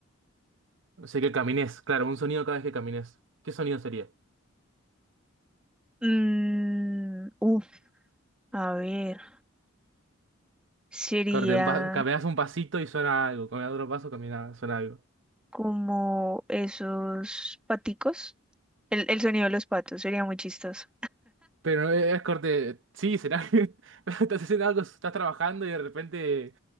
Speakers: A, on the right; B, in the centre.
A: o sea, que camines, claro, un sonido cada vez que camines. ¿Qué sonido sería?
B: Mm, uf, a ver, sería
A: Corte, un pa- caminas un pasito y suena algo, caminas otro paso, camina, suena algo.
B: como esos paticos. El, el sonido de los patos sería muy chistoso.
A: Pero no es corte, sí, será que <laughs> estás haciendo algo, estás trabajando y de repente